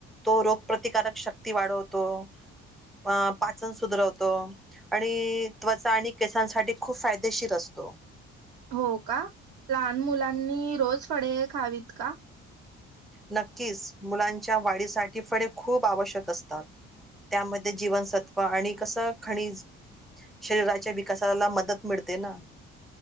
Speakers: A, in the centre; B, on the right.
A: तो रोगप्रतिकारक शक्ती वाढवतो. अ पाचन सुधरवतो. आणि त्वचा आणि केसांसाठी खूप फायदेशीर असतो.
B: हो का लहान मुलांनी रोज फडे खावीत का?
A: नक्कीच मुलांच्या वाढीसाठी फळे खूप आवश्यक असतात. त्यामध्ये जीवनसत्त्व आणि कसं खनिज शरीराच्या विकासाला मदत मिळते ना.